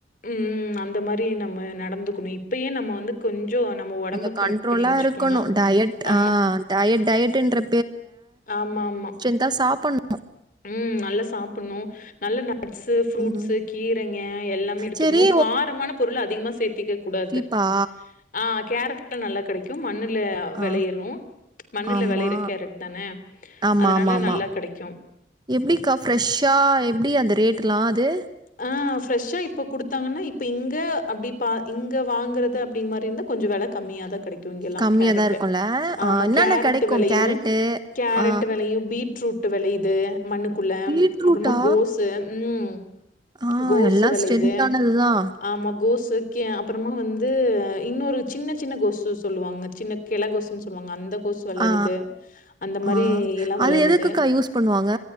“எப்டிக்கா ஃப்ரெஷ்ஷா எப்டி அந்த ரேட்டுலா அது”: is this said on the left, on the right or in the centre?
Right